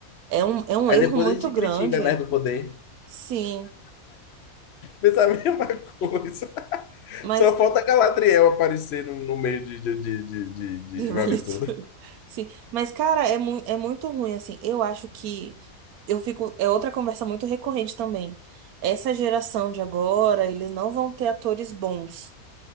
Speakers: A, on the right; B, on the left.
A: É um, é um
B: Aí
A: erro
B: depois
A: muito
B: a gente
A: grande.
B: critica, né, do poder.
A: Sim,
B: Mas é a mesma <laughs> coisa.
A: mas
B: Só falta Galadriel aparecer no, no meio de, de, de, de, de,
A: <laughs>
B: de
A: vale
B: vale tudo.
A: tudo. Sim, mas cara, é, mu é muito ruim assim. Eu acho que eu fico é outra conversa muito recorrente também. Essa geração de agora, eles não vão ter atores bons,